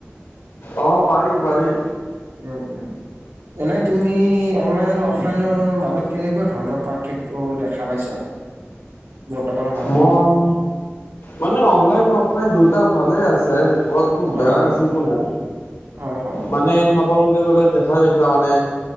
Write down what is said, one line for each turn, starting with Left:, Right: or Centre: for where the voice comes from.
Left: অ পাৰি পাৰি।
Right: উম উম এনে তুমি অনলাইন আৰু অফলাইনৰ মাজত কেনেকুৱা ধৰণৰ পাৰ্থক্য দেখা পাইছা? <inaudible> বৰ্তমান সম
Left: মই মানে অনলাইন অফলাইন দুটা ভালে আছে ক'ত কিন্তু
Right: হয়
Left: বেয়া
Right: হয়
Left: বেছি একো নাই
Right: হয় হয়
Left: মানে চাবলৈকে গ'লে দেখাই পাইছা মানে।